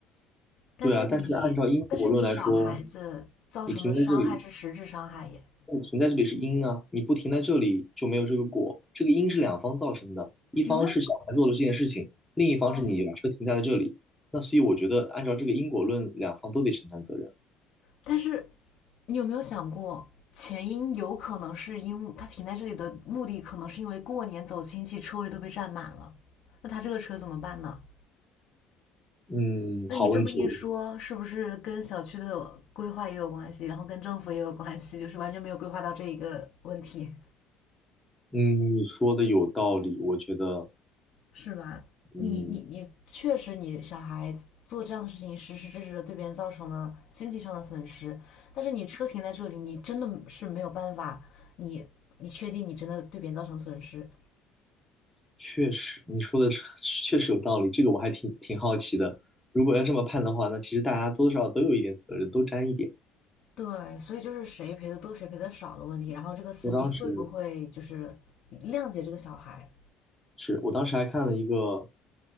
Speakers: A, on the left; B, in the centre.
A: 但是你，
B: 对啊，但是按照因果论来说，
A: 但是你小孩子造成的伤害是实质伤害耶，
B: 你停在这里，你停在这里是因啊，你不停在这里就没有这个果。这个因是两方造成的，一方是小孩做了这件事情，
A: 有没有？
B: 另一方是你把车停在了这里。
A: 嗯，
B: 那所以我觉得，按照这个因果论，两方都得承担责任。
A: 但是你有没有想过，前因有可能是因为他停在这里的目的，可能是因为过年走亲戚，车位都被占满了，那他这个车怎么办呢？
B: 嗯，
A: 那你这么一说，
B: 好问题哦。
A: 是不是跟小区的规划也有关系，然后跟政府也有关系，就是完全没有规划到这一个问题？
B: 嗯，你说的有道理，我觉得，
A: 是吧？你你你，
B: 嗯，
A: 确实你小孩做这样的事情，实实质质的对别人造成了经济上的损失。但是你车停在这里，你真的是没有办法，你你确定你真的对别人造成损失？
B: 确实，你说的 <laughs> 确实有道理。这个我还挺挺好奇的。如果要这么判的话，那其实大家多多少少都有一点责任，都沾一点。
A: 对，所以就是谁赔的多，谁赔的少的问题。然后这个司机会不会就是谅解这个小孩？
B: 我当时是我当时还看了一个，